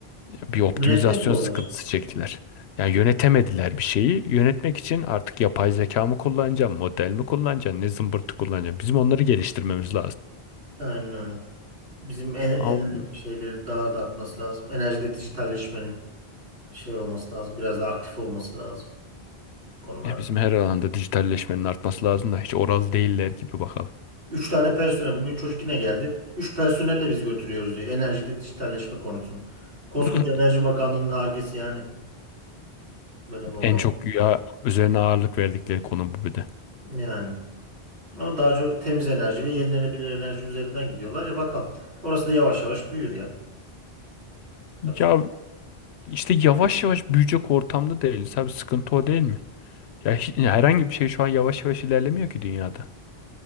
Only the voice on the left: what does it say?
Bir optimizasyon
sıkıntısı çektiler. Yani
yönetemediler bir şeyi. Yönetmek için artık yapay zeka mı kullanacağım, model mi kullanacağım, ne zımbırtı kullanacağım. Bizim onları geliştirmemiz
lazım.
Ya bizim her alanda dijitalleşmenin artması lazım da hiç oral değiller gibi bakalım.
<laughs>
En çok ya üzerine ağırlık verdikleri konu bu bir de.
Ya
işte yavaş yavaş büyüyecek ortamda değiliz abi sıkıntı o değil mi? Ya hi- herhangi bir şey şu an yavaş yavaş ilerlemiyor ki dünyada.